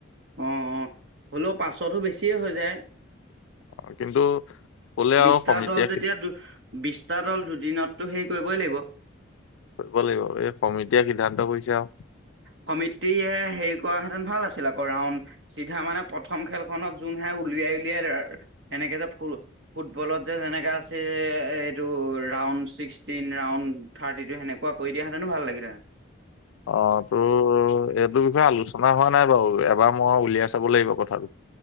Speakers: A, on the right; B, on the left.
A: অ, অ, হ'লেও পাঁচতো বেছিয়ে হৈ যায়।
B: অ কিন্তু ক'লে
A: বিশটা
B: আৰু সমিতিয়ে
A: দল যেতিয়া
B: সি-
A: দু বিশটা দল দুদিনত তো হেৰি কৰিবই লাগিব।
B: কৰিব লাগিব এই সমিতিয়ে সিদ্ধান্ত কৰিছে আৰু।
A: সমিতিয়ে হেই কৰা হেতেন ভাল আছিল আকৌ ৰাউন চিধা মানে প্ৰথম খেলখনত জোন হাৰে উলিয়াই উলিয়াই সেনেকে যে ফুটবলত যে যেনেকে আছিল এইটো ৰাউন ছিক্সটিন ৰাউন থাৰ্টিটো সেনেকুৱা কৰি দিয়াহেতেনো ভাল লাগিহেতেন।
B: অ তো এইটো বিষয়ে আলোচনা হোৱা নাই বাৰু এবাৰ মই উলিয়াই চাব লাগিব কথাটো।